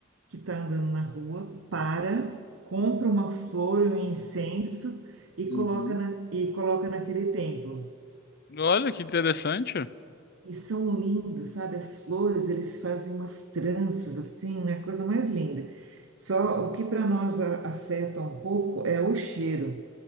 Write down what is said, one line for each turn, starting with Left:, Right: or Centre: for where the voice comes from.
Right: que está andando na rua para, compra uma flor, um incenso e
Left: uhum.
Right: coloca na, e coloca naquele templo.
Left: Olha que interessante.
Right: E são lindos, sabe? As flores, eles fazem umas tranças assim, né? Coisa mais linda. Só o que para nós a- afeta um pouco é o cheiro,